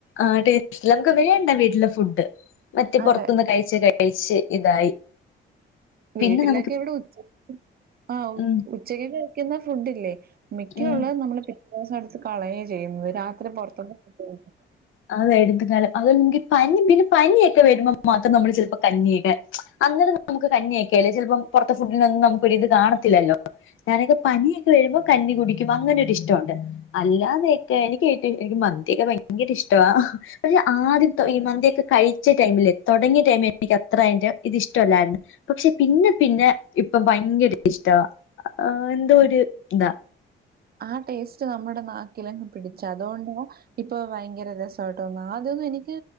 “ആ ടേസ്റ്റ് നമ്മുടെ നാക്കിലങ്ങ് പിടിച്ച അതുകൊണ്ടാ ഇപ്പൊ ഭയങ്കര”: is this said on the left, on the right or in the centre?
Right